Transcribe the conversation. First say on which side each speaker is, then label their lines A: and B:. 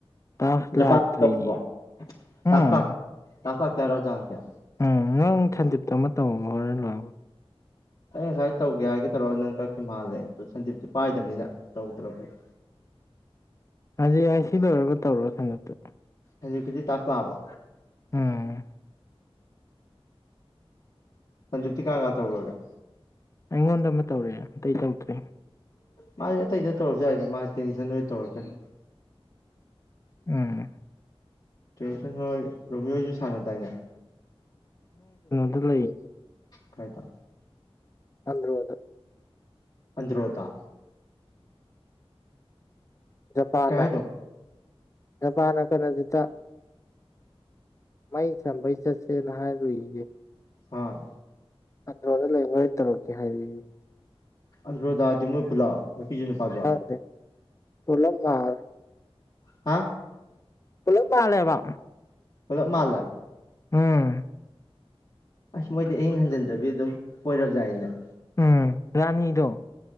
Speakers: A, on the left; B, on the left.
A: ꯇꯥꯛꯁ
B: ꯖꯄꯥꯟ
A: ꯂꯥꯛꯇ꯭ꯔꯤ
B: ꯇꯧꯕ ꯇꯥꯛꯁ
A: ꯎꯝ
B: ꯂꯥꯛ ꯇꯥꯛꯁ ꯂꯥꯛꯇꯦ ꯆꯦꯌꯥ
A: ꯎꯝ ꯅꯪ ꯁꯟꯗꯤꯞꯇ ꯑꯃ ꯇꯧ ꯍꯣꯔꯦꯟ ꯂꯣꯏꯔꯒ
B: ꯑꯩ ꯉꯁꯥꯏ ꯇꯧꯒꯦ ꯍꯥꯏꯒꯦ ꯇꯧꯔꯣ ꯅꯪ ꯀꯛꯈꯤ ꯃꯥꯜꯂꯦ ꯑꯗꯨ ꯁꯟꯗꯤꯞꯇꯤ ꯄꯥꯏꯗꯕꯅꯤꯅ ꯇꯧꯗ꯭ꯔ ꯑꯩꯣꯏ
A: ꯍꯧꯖꯤꯛ ꯑꯩ ꯁꯤ ꯂꯣꯏꯔꯒ ꯇꯧꯔꯣ ꯁꯟꯗꯛꯇ
B: ꯍ ꯧꯖꯤꯛꯀꯤꯗꯤ ꯇꯥꯥꯛꯌ ꯂꯥꯛꯑꯥꯕꯣ
A: ꯎꯝ
B: ꯁꯟꯗꯞꯇꯤ ꯀꯥꯅꯥ ꯀꯥꯅꯥ ꯇꯧꯒꯔꯒꯦ
A: ꯑꯩꯉꯣꯟꯗ ꯑꯃ ꯇꯧꯔꯛꯑꯦ ꯑꯇꯩ ꯇꯧꯗ꯭ꯔꯦ
B: ꯃꯥꯁ ꯑꯇꯩꯗ ꯇꯧꯔꯁꯨ ꯍꯥꯏꯗ ꯃꯥꯗꯤ ꯇꯦꯟꯁꯟ ꯍꯣꯏ ꯇꯧꯔꯁꯨ ꯌꯥꯏ
A: ꯎꯝ
B: ꯇ꯭ꯔꯦꯟꯁꯟ ꯍꯣꯏ ꯔꯣꯃꯤꯌꯣꯁꯨ ꯁꯥꯟꯅꯗꯥꯏꯅꯦ
A: ꯑꯗꯨ ꯂꯩ
B: ꯀꯥꯏꯗ
A: ꯑꯟꯗ꯭ꯔꯣꯗ
B: ꯑꯟꯗ꯭ꯔꯣꯗ
A: ꯖꯄꯥꯟꯅ
B: ꯀꯩ ꯍꯥꯏꯅꯣ
A: ꯖꯥꯄꯥꯟꯅ ꯀꯥꯔꯅꯖꯤꯠꯗ ꯃꯩ ꯁꯝꯕꯩ ꯆꯠꯁꯦꯅ ꯍꯥꯏꯔꯨꯏꯌꯦ
B: ꯍꯥꯥ
A: ꯑꯟꯗ꯭ꯔꯣꯗ ꯂꯩ ꯍꯣꯔꯦꯟ ꯇꯧꯔꯛꯀꯦ ꯍꯥꯏꯔꯛꯑꯦꯌꯦ
B: ꯑꯟꯗ꯭ꯔꯣꯗꯥꯥꯗꯤ ꯃꯣꯏ ꯄꯨꯂꯞ ꯅꯨꯄꯤꯁꯨ ꯅꯨꯄꯥꯁꯨ
A: ꯇꯥꯗꯔꯦ ꯄꯨꯂꯞ ꯃꯥꯜꯂꯦ
B: ꯍꯥ
A: ꯄꯨꯂꯞ ꯃꯥꯜꯂꯦ ꯍꯥꯢꯕ
B: ꯄꯨꯂꯞ ꯃꯥꯜꯂꯦ
A: ꯎꯝ
B: ꯑꯁ ꯃꯣꯏꯗꯤ ꯑꯍꯤꯡ ꯍꯟꯖꯟꯗꯕꯤ ꯑꯗꯨꯝ ꯀꯣꯏꯔꯕ ꯖꯥꯠꯅꯤꯅꯦ
A: ꯎꯝ ꯔꯥꯅꯤꯗꯣ